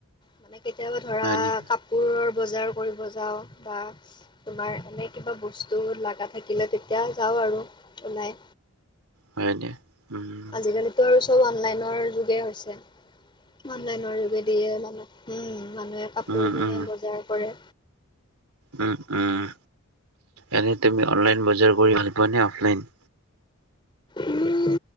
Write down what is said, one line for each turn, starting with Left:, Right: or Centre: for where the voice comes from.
Left: মানে কেতিয়াবা ধৰা
Right: হয় নি
Left: কাপোৰৰ বজাৰ কৰিব যাওঁ বা তোমাৰ এনে কিবা বস্তু লগা থাকিলে তেতিয়া যাওঁ আৰু ওলাই।
Right: হয়নে, উম।
Left: আজিকালিতু আৰু চব অনলাইনৰ যুগে হৈছে। অনলাইনৰ যোগেদিয়ে মানু মানুহে কাপোৰ
Right: উম
Left: কিনে
Right: উম
Left: বজাৰ কৰে।
Right: উম উম এনেই তুমি অনলাইন বজাৰ কৰি ভাল পোৱা নে অফলাইন?
Left: উম